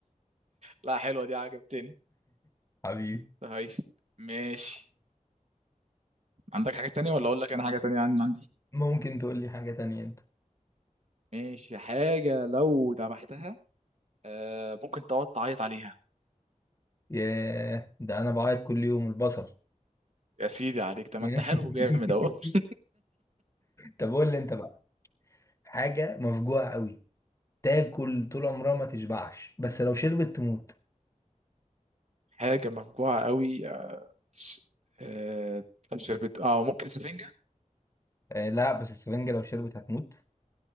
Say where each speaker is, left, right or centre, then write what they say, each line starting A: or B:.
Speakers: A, on the right; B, on the left.
A: لا حلوه دي عجبتني
B: حبيبي
A: طيب ماشي عندك حاجه تانية ولا اقول لك انا حاجه تانية عن عندي
B: ممكن تقول لي حاجة تانية انت
A: ماشي حاجه لو ذبحتها آه ممكن تقعد تعيط عليها
B: ياه ده انا بعيط كل يوم البصل
A: يا سيدي عليك ده
B: <laughs>
A: ما انت حلو جامد اهو <laughs>
B: طب قول لي انت بقى حاجة مفجوعة قوي تاكل طول عمرها ما تشبعش بس لو شربت تموت
A: حاجه مفجوعه قوي ش- آه، طب شربت اه ممكن سفنجة
B: آه لا بس السفنجة لو شربت هتموت